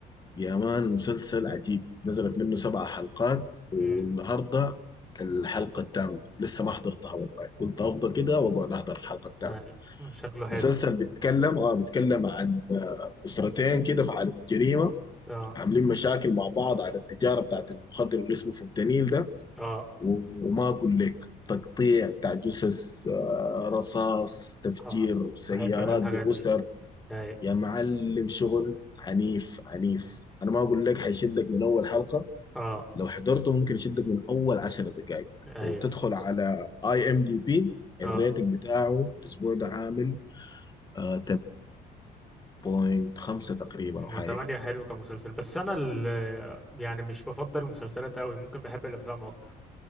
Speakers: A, on the left; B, in the centre.
A: يا مان مسلسل عجيب نزلت منه سبع حلقات والنهارده
B: امم
A: الحلقة التامة لسه ما حضرتها والله قلت أفضل كده وأقعد أحضر الحلقة التامة
B: ايوه شكله حلو
A: مسلسل بيتكلم آه بيتكلم عن آه، أسرتين كده في عالم الجريمة
B: اه
A: عاملين مشاكل مع بعض على التجارة بتاعت المخدر اللي اسمه فنتانيل ده
B: اه
A: و- وما أقول لك تقطيع بتاع جثث آه، رصاص تفجير
B: اه
A: سيارات
B: بحب انا الحاجات
A: بأسر
B: دي اي
A: يا معلم شغل عنيف عنيف
B: مم.
A: انا ما اقول لك حيشدك من اول حلقة
B: اه
A: لو حضرته ممكن يشدك من اول عشر دقائق
B: ايوه
A: وتدخل على اي ام دي بي الريتنج
B: اه
A: بتاعه الاسبوع ده عامل آه 8.5 تقريبا
B: أم،
A: او حاجة
B: تمانية
A: كده
B: حلو كمسلسل بس انا ال يعني مش بفضل المسلسلات قوي ممكن بحب الافلام اكتر